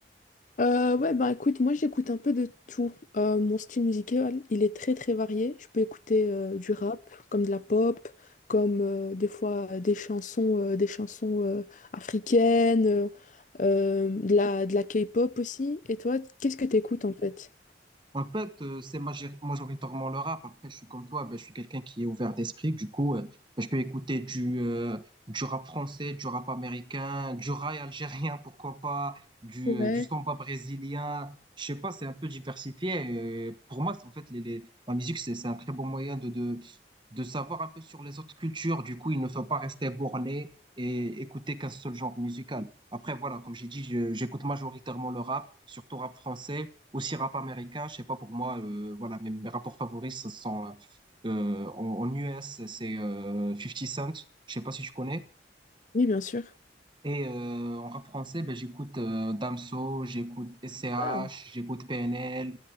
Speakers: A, on the left; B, on the right.
A: Euh, ouais, bah écoute, moi j'écoute un peu de tout. Euh, mon style musical, il est très très varié. Je peux écouter euh, du rap, comme de la pop, comme euh, des fois euh, des chansons, euh, des chansons euh, africaines, euh, euh, de la, de la K-pop aussi. Et toi, qu'est-ce que t'écoutes en fait?
B: En fait, euh, c'est major- majoritairement le rap. Après, je suis comme toi, ben, je suis quelqu'un qui est ouvert d'esprit. Du coup, euh, ben, je peux écouter du, euh, du rap français, du rap américain, du rail algérien, <laughs> pourquoi pas, du,
A: Ouais.
B: euh, du samba brésilien. Je sais pas, c'est un peu diversifié. Et euh, pour moi, c'est en fait, les, les- la musique, c'est, c'est un très bon moyen de, de, de savoir un peu sur les autres cultures. Du coup, il ne faut pas rester borné et écouter qu'un seul genre musical. Après, voilà, comme j'ai dit, je- j'écoute majoritairement le rap, surtout rap français aussi rap américain, je sais pas, pour moi, euh, voilà, mes, mes rapports favoris, ce sont euh, en, en US, c'est euh, 50 Cent, je sais pas si je connais.
A: Oui, bien sûr.
B: Et euh, en rap français, ben, j'écoute euh, Damso, j'écoute SCH,
A: Ah,
B: j'écoute PNL.